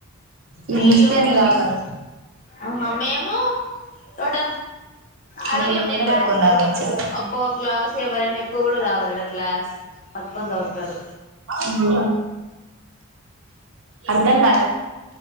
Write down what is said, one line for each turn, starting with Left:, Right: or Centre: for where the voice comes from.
Right: ఇన్ని
Left: అయ్యో
Right: ఇస్తే అన్ని తాగాల
Left: ఆహా మేము టట అడ
Right: మీరు
Left: కూడా
Right: ఎన్నైనా
Left: ఒక గ్లాస్
Right: పట్టుకొని తాగొచ్చు
Left: అబ్బో గ్లాస్ ఎవరైనా ఎక్కువ కూడా తాగలడా గ్లాస్ పందవుతారు
Right: ఉమ్ ఆర్ ఎమ్ బేల్